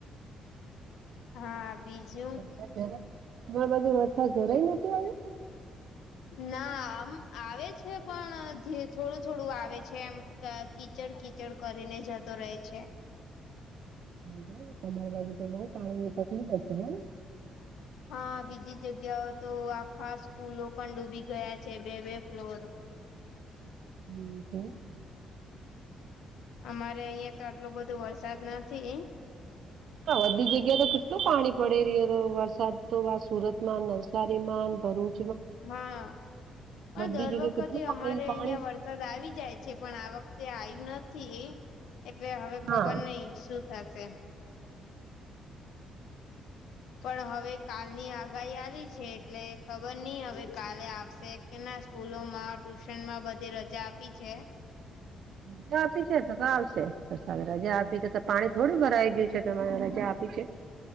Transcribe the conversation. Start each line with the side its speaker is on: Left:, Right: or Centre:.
Left: હા બીજું
Right: વરસા તમાર બાજુ વરસાદ જરાય નતો આવ્યો
Left: ના આમ આવે છે પણ થોડું થોડું આવે છે એમ. અ કીચડ કીચડ કરીને જતો રહે છે.
Right: હ તમાર બાજુ પાણી ની બઉ તકલીફ હશે નહી.
Left: હા બીજી જગ્યાઓ તો આખા સ્કૂલો પણ ડૂબી ગયા છે બે બે ફ્લોર
Right: એવુ છે
Left: અમારે અહિયા તો આટલો બધો વરસાદ નથી.
Right: હા બધી જગ્યા તો કેટલું પાણી પડી રહ્યો હતો વરસાદ તો સુરતમાં નવસારીમાં ભરૂચ
Left: માં
Right: બધી
Left: પણ દર
Right: જગ્યાએ
Left: વખતે
Right: કેટલું પાણી
Left: અમારે
Right: પાણી
Left: અહિયાં વરસાદ આવી જાય છે પણ આ વખતે આવ્યું નથી એટલે હવે
Right: હા
Left: ખબર નહિ શું થશે. પણ હવે કાલની આગાહી આવી છે. એટલે ખબર નહિ હવે કાલે આવશે કે ના સ્કૂલોમાં ટ્યુશનમાં બધે રજા આપી છે.
Right: રજા આપી છે તો તો આવશે રજા આપી તો પાણી થોડું ભરાઈ ગયું છે તમારે રજા આપી છે.